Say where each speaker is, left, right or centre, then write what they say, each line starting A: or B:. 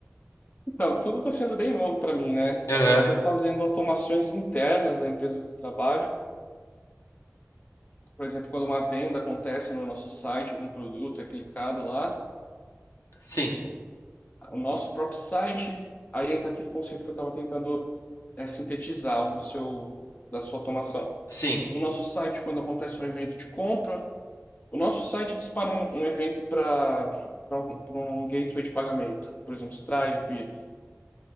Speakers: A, on the left (about 35°); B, on the left (about 80°).
A: Então, tudo está sendo bem novo para mim, né?
B: Aham.
A: Eu estou fazendo automações internas da empresa que trabalho. Por exemplo, quando uma venda acontece no nosso site, algum produto é clicado lá,
B: Sim,
A: o nosso próprio site, aí entra aquele conceito que eu estava tentando é, sintetizar do seu, da sua automação.
B: sim,
A: O nosso site, quando acontece um evento de compra, o nosso site dispara um, um evento para um, pra um gateway de pagamento. Por exemplo, Stripe,